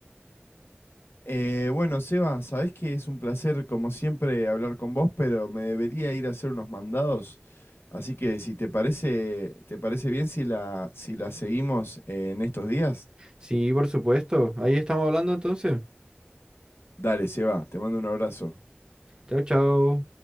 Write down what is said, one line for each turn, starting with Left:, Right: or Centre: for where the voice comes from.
Left: Eh, bueno, Seba, sabés que es un placer, como siempre, hablar con vos, pero me debería ir a hacer unos mandados. Así que si te parece, te parece bien si la, si la seguimos eh, en estos días,
Right: sí, por supuesto. Ahí estamos hablando entonces.
Left: dale, Seba, te mando un abrazo.
Right: Chao, chao.